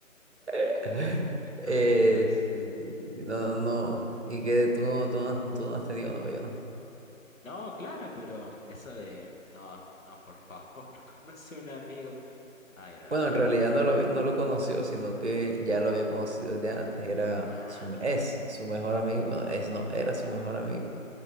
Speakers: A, on the right; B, on the left.
A: <laughs> Eh,
B: Ay, Dios.
A: sí, sí, sí, no, no, y que tú, no- tú, no, tú no has tenido novio, ¿no?
B: No, claro, pero eso de... No, no, por favor, <laughs> conoce a un amigo. Ay, Raúl.
A: Bueno, en realidad no lo, habí- no lo conoció, sino que ya lo había conocido desde antes, era
B: Ah,
A: su, es su mejor amigo, bueno, es no, era su mejor amigo.